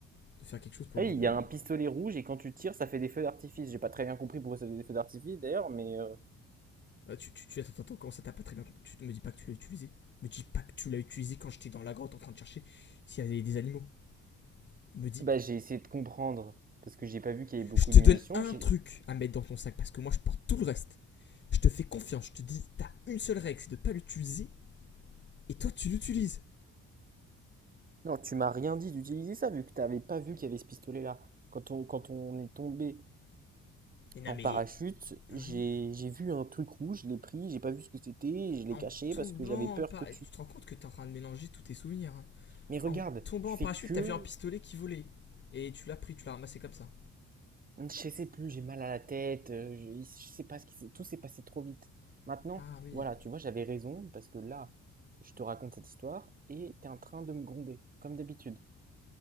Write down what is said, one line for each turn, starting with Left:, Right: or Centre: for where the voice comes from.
Left: de faire quelque chose pour
Right: Hey,
Left: avoir
Right: il
Left: de.
Right: y a un pistolet rouge et quand tu tires, ça fait des feux d'artifice. J'ai pas très bien compris pourquoi ça faisait des feux d'artifice d'ailleurs, mais euh,
Left: Ah, tu, tu, tu- attends, attends, comment ça t'as pas très bien compris Tu me dis pas que tu l'as utilisé. Me dis pas que tu l'as utilisé quand j'étais dans la grotte en train de chercher s'il y avait des animaux. Me dis.
Right: bah, j'ai essayé de comprendre parce que j'ai pas vu qu'il y avait beaucoup
Left: Je te
Right: de munitions.
Left: donne un
Right: J'ai...
Left: truc à mettre dans ton sac parce que moi je porte tout le reste. Je te fais confiance, je te dis, t'as une seule règle, c'est de pas l'utiliser et toi tu l'utilises.
Right: Non, tu m'as rien dit d'utiliser ça vu que t'avais pas vu qu'il y avait ce pistolet-là. Quand on, quand on est tombé
Left: Mais non,
Right: en parachute,
Left: mais.
Right: j'ai,
Left: Ouais.
Right: j'ai vu un truc rouge, je l'ai pris, j'ai pas vu ce que c'était, je l'ai
Left: En
Right: caché
Left: tombant
Right: parce que j'avais peur
Left: en parachute.
Right: que tu.
Left: Tu te rends compte que t'es en train de mélanger tous tes souvenirs. hein.
Right: Mais regarde,
Left: En tombant
Right: tu
Left: en
Right: fais
Left: parachute,
Right: que
Left: t'as vu un pistolet qui volait. Et tu l'as pris, tu l'as ramassé comme ça.
Right: Je sais plus, j'ai mal à la tête, euh, je, je sais pas ce qui s'est, tout s'est passé trop vite. Maintenant,
Left: Ah oui.
Right: voilà, tu vois, j'avais raison parce que là, je te raconte cette histoire et t'es en train de me gronder, comme d'habitude.